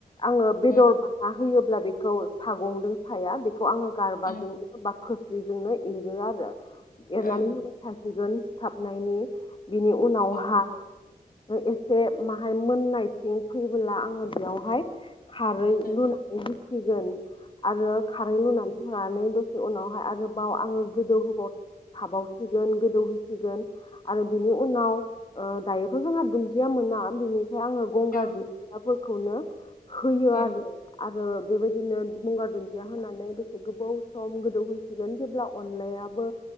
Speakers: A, on the left; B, on the left.
A: आङो बेदर
B: उम
A: बाना होयोब्ला बेखौ सागंदों साया बे खौ आङो गारबाजोंनो
B: उम
A: बा खोस्लिजोंनो एरो आरो एरनानै
B: औ
A: होबाय था गोन सिथाबनायनि बिनि उनावहा
B: उम
A: एसे माहाय मोननायथिं फैबोला आङो बेयावहाय खारै
B: उम
A: लुनानै होसिगोन। आरो खारै लुनानै होआ नै दसे उनावहाय आरोबाव आंङो गोदौ होबाव थावसिगोन गोदौहोसिगोन आ रो बिनि उनाव ओ दायोथ' जोंहा दुन्दिया मोना बिनि फाय आङो गंगार
B: औ उम
A: दुुनदियाफोरखौनो होयो
B: उम
A: आरो आरो बेबायदिनो गंगार दुन्दिया होनानै दसे गोबाव सम गोदौहोसिगोन जेब्ला अनलायाबो